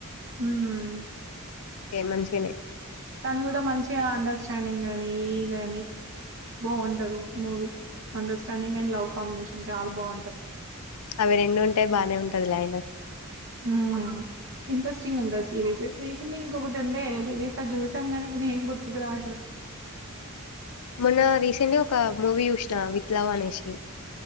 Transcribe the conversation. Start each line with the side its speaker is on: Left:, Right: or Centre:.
Right: హ్మ్.
Left: మంచి కినే
Right: దాని కూడా మంచి అండర్స్టాండింగ్ అని ఏదని బాగుంటది movie understanding and love combination చాలా బాగుంటది.
Left: అవి రెండు ఉంటే బానే ఉంటది లే అయినా
Right: హ్మ్ ఇంట్రెస్టింగ్ ఉంట సిరీస్ రీసెంట్గా ఇంకొకటి ఉందిే స సిరీస్ అది చూసాం ని కొ ఏం గుర్తుకు రా అట్లు
Left: మొన్న రీసెంట్ గా ఒక మూవీ చూసిన విత్ లవ్ అనేసి